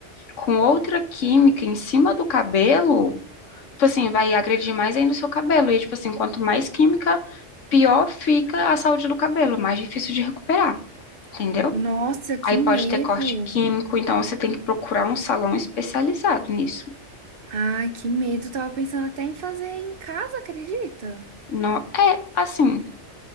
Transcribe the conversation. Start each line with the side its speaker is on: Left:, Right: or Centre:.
Left: com outra química em cima do cabelo, tipo assim, vai agredir mais ainda o seu cabelo. E tipo assim, quanto mais química, pior fica a saúde do cabelo, mais difícil de recuperar, entendeu?
Right: Nossa, que
Left: Aí
Right: medo!
Left: pode ter corte químico, então você tem que procurar um salão especializado nisso.
Right: Ai, que medo! Tava pensando até em fazer em casa, acredita?
Left: Não, é assim,